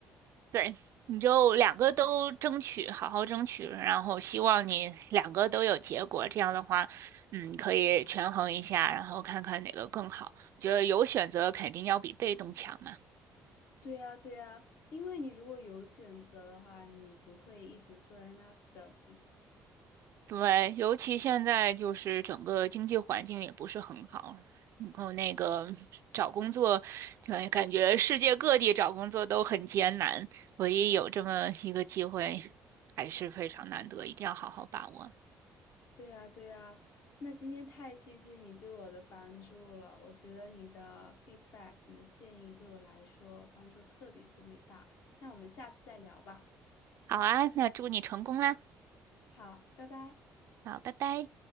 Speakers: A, on the right (about 65°); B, on the left (about 65°).
A: 对，你就两个都争取，好好争取，然后希望你两个都有结果。这样的话，嗯，可以权衡一下，然后看看哪个更好。我觉得有选择肯定要比被动强嘛。
B: 对呀，对呀，因为你如果有选择的话，你不会一直坐在那等。
A: 对，尤其现在就是整个经济环境也不是很好，然后那个找工作，对，感觉世界各地找工作都很艰难，唯一有这么一个机会，还是非常难得，一定要好好把握。
B: 对呀，对呀，那今天太谢谢你对我的帮助了，我觉得你的 feedback，你的建议对我来说帮助特别特别大。那我们下次再聊吧。
A: 好啊，那祝你成功啦！
B: 好，拜拜。
A: 好，拜拜。